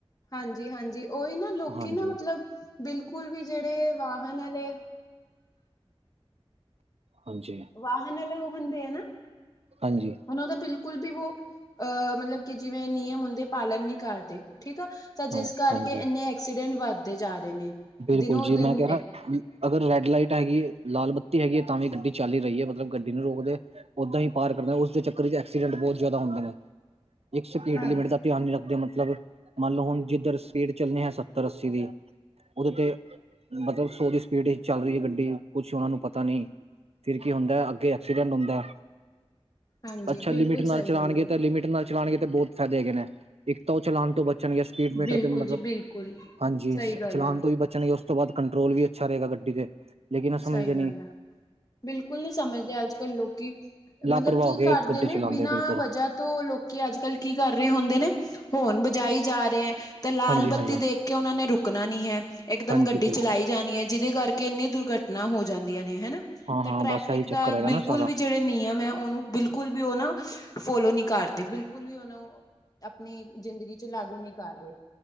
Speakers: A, on the left; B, on the right.
A: ਹਾਂਜੀ- ਹਾਂਜੀ ਉਹੀ ਨਾ, ਲੋਕੀ
B: ਹਾਂਜੀ
A: ਨਾ ਮਤਲਬ ਬਿਲਕੁਲ ਵੀ ਜਿਹੜੇ ਵਾਹਨ ਵਾਲੇ।
B: ਹਾਂਜੀ।
A: ਵਾਹਨ ਆਲੇ ਉਹ ਹੁੰਦੇ ਹੈ, ਨਾ।
B: ਹਾਂਜੀ।
A: ਉਹਨਾਂ ਦਾ ਬਿਲਕੁਲ ਵੀ, ਉਹ ਅਹ ਮਤਲਬ ਕਿ ਜਿਵੇਂ ਨਿਯਮ ਹੁੰਦੇ। ਪਾਲਣ ਨੀ ਕਰਦੇ, ਠੀਕ ਆ। ਤਾਂ
B: ਹਾਂ
A: ਜਿਸ ਕਰਕੇ,
B: ਹਾਂਜੀ
A: ਇੰਨੇ ਐਕਸੀਡੈਂਟ ਵੱਧਦੇ ਜਾ ਰਹੇ ਨੇ।
B: ਬਿਲਕੁਲ
A: ਦਿਨੋ
B: ਜੀ,
A: ਦਿਨ
B: ਮੈਂ ਕਹਿ ਰਿਹਾ। ਅਗਰ ਰੈੱਡ ਲਾਈਟ ਹੈਗੀ। ਲਾਲ ਬੱਤੀ ਹੈਗੀ ਹੈ। ਤਾਂ ਵੀ ਗੱਡੀ ਚੱਲ ਹੀ ਰਹੀ ਹੈ, ਮਤਲਬ ਗੱਡੀ ਨੂੰ ਰੋਕਦੇ ਓਦਾਂ ਹੀ ਪਾਰ ਕਰਦੇ, ਉਸਦੇ ਚੱਕਰ ਚ ਐਕਸੀਡੈਂਟ ਬਹੁਤ ਜ਼ਿਆਦਾ ਹੁੰਦੇ ਨੇ, ਇੱਕ ਸਪੀਡ
A: ਹਾਂ
B: ਲਿਮਿਟ ਦਾ ਧਿਆਨ ਨੀ ਰੱਖਦੇ ਮਤਲਬ। ਮੰਨ ਲਓ ਹੁਣ ਜਿੱਧਰ ਸਪੀਡ ਚੱਲਣੇ ਹੈ, ਸੱਤਰ- ਅੱਸੀ ਦੀ ਉਹਦੇ ਤੇ, ਮਤਲਬ ਸੋ ਦੀ ਸਪੀਡ ਹੀ ਚੱਲ ਰਹੀ ਹੈ ਗੱਡੀ, ਕੁਛ ਉਹਨਾਂ ਨੂੰ ਪਤਾ ਨਹੀਂ। ਫੇਰ ਕੀ ਹੁੰਦਾ। ਅੱਗੇ ਐਕਸੀਡੈਂਟ ਹੁੰਦਾ।
A: ਹਾਂਜੀ
B: ਅੱਛਾ
A: ਬਿਲਕੁਲ
B: ਲਿਮਿਟ
A: ਸਹੀ
B: ਨਾਲ ਚਲਾਉਣਗੇ
A: ਗੱਲ ਹੈ
B: ਤਾਂ ਲਿਮਿਟ ਨਾਲ ਚਲਾਣਗੇ ਤੇ ਬਹੁਤ ਫਾਇਦੇ ਹੈਗੇ ਨੇ, ਇੱਕ ਤਾਂ ਉਹ ਚਲਾਨ ਤੋਂ ਬਚਣ ਗੇ। ਟੀ ਮੀਟਰ
A: ਬਿਲਕੁਲ
B: ਤੋ ਮਤਲਬ,
A: ਜੀ ਬਿਲਕੁਲ
B: ਹਾਂਜੀ
A: ਸਹੀ
B: ਸਾ
A: ਗੱਲ ਹੈ
B: ਤੋਂ ਵੀ ਬਚਣਗੇ। ਉਸ ਤੋਂ ਬਾਅਦ ਕੰਟਰੋਲ ਵੀ ਅੱਛਾ ਰਹੇਗਾ ਗੱਡੀ ਤੇ, ਲੇਕਿਨ ਏ ਸਮਝਦੇ
A: ਸਹੀ
B: ਨਹੀਂ।
A: ਗੱਲ ਹੈ ਬਿਲਕੁਲ ਨਹੀਂ ਸਮਝਦੇ, ਅੱਜ-ਕੱਲ ਲੋਕੀ।
B: ਲਾਪਰਵਾਹ
A: ਮਤਲਬ ਕੀ
B: ਹੋ ਕੇ
A: ਕਰਦੇ
B: ਗੱਡੀ
A: ਨੇ
B: ਚਲਾਉਂਦੇ
A: ਬਿਨਾਂ
B: ਬਿਲਕੁਲ
A: ਵਜਾ ਤੋਂ ਲੋਕ ਕੀ ਅੱਜ ਕੱਲ ਕੀ ਕਰ ਰਹੇ ਹੁੰਦੇ ਨੇ, ਹੋਨ ਬਜਾਈ ਜਾ ਰਹੇ ਹੈ। ਤੇ ਲਾਲ
B: ਹਾਂਜੀ ਹਾਂਜੀ
A: ਬੱਤੀ ਦੇਖ ਕੇ ਉਹਨਾਂ ਨੇ ਰੁਕਣਾ ਨਹੀਂ ਹੈ। ਇਕ
B: ਹਾਂਜੀ
A: ਦਮ ਗੱਡੀ
B: ਬਿਲਕੁਲ
A: ਚਲਾਈ ਜਾਣੀ ਹੈ। ਜਿਹਦੇ ਕਰਕੇ ਕਿੰਨੀ ਦੁਰਘਟਨਾ ਹੋ ਜਾਂਦੀਆਂ ਨੇ ਹਨਾ।
B: ਹਾਂ ਹਾਂ
A: ਤੇ ਟ੍ਰੈਫਿਕ
B: ਬਸ ਇਹੀ
A: ਦਾ
B: ਚੱਕਰ ਹੈਗਾ
A: ਬਿਲਕੁਲ
B: ਨਾ ਸਾਰਾ
A: ਵੀ ਜਿਹੜੇ ਨਿਯਮ ਹੈ ਉਹਨੂੰ ਬਿਲਕੁਲ ਵੀ ਉਹ ਨਾ ਫੋਲੋ ਨੀ ਕਰਦੇ। ਬਿਲਕੁਲ ਵੀ ਉਹਨਾਂ ਨੂੰ ਆਪਣੀ ਜ਼ਿੰਦਗੀ ਚ ਲਾਗੂ ਨਹੀਂ ਕਰ ਰਹੇ।